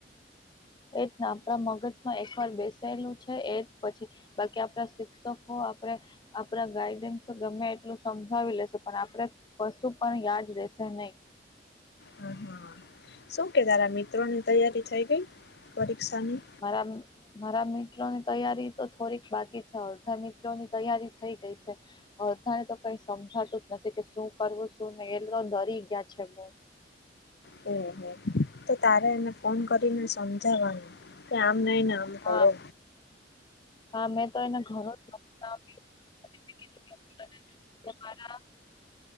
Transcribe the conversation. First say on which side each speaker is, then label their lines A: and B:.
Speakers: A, on the left; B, on the left.
A: એજ ના આપણા મગજમાં એકવાર બેસેેલું છે એ પછી. બાકી આપણા શિક્ષકો આપડે આપડા ગાઈડન્સ ગમે એટલું સમજાવી લેશે પણ આપડે પશુ પણ યાદ રહેશે નહી.
B: હ હા શું કે તારા મિત્રોની તૈયારી થઈ ગઈ પરીક્ષાની
A: મારા મારા મિત્રોની તૈયારી તો થોડીક બાકી છે અડધા મિત્રોની તૈયારી થઇ ગઈ છે બધાને તો કઈ સમજાતું જ નથી કે શું કરવું શું નહી એ તો ડરી ગયા છે બ
B: હું હું તો તારે એને ફોન કરીને સમજાાવવાની આમ નઈને આમ કરો
A: હા હા મે તો એને ઘણું સમજાયું